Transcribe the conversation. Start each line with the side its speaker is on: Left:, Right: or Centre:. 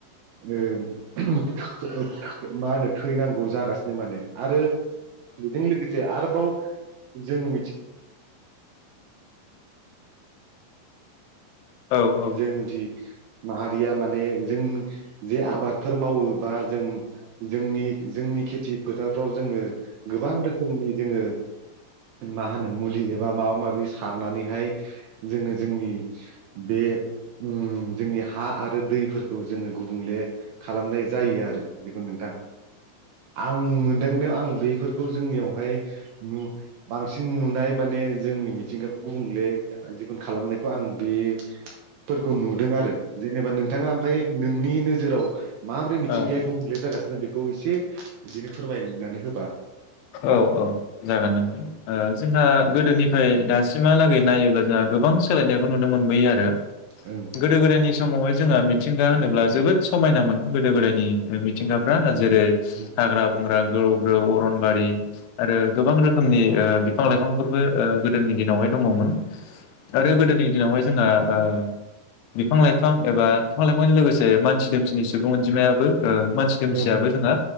Right: ओ मा होनो थैनांगौ जागासिनो माने आरो बेजों लोगोसे आरो बाव जों मिथि
Left: औ औ।
Right: जों जि माहारिया माने जों जे आबादफोर मावो बा जों जोंनि जोंनि खेथि फोथारफ्राव जोङो गोबां रोखोमनि जोङो मा होनो मुलि एबा माबा माबि सारनानैहाय जोङो जोंनि बे उम जोंनि हा आरो दैफोरखौ जोङो गुबुंले खालामनाय जायो आरो <unintelligible> नोंथां। आं मोनदांनायाव आं बेफोरखौ जोंनियावहाय नु बांसिन नुनाय माने जोंनि मिथिंगाखौ गुबुंले जिखुनु खालामनायखौ आं बे फोरखौ नुदों आरो जेनेबा नोंथाङा ओमफ्राय नोंनि नोजोराव माबोरै मिथिंगाया
Left: औ
Right: गुबुंले जागासिनो बेखौ एसे बिदिनो फोरमायनानै होबा
Left: औ औ जागोन नों ओ जोंहा गोदोनि ओमफ्राय दासिमहालागै नायोब्ला जोंहा गोबां सोलायनायखौ नुनो मोनबोयो आरो।
Right: ओं
Left: गोदो गोदाय निस समावहाय जोंङो मिथिंगा होनोब्ला जोबोद समायनामोन गोदो गोदायनि मिथिंगाफ्रा जेरै
Right: ओं
Left: हाग्रा बंग्रा ग्रौ ग्रौ अरनबारि आरो गोबां रोखोमनि ओ बिफां लाइफांफोरबो ओ गोदोनि दिनावहाय दङमोन आरो गोदोनि दिनावहाय जोंहा ओ बिफां लाइफां एबा बिफां लाइफांजों लोगोसे मानसि दोमसिनि सुबुं अनजिमायाबो ओ मानसि
Right: ओं
Left: दोमसियाबो जोंहा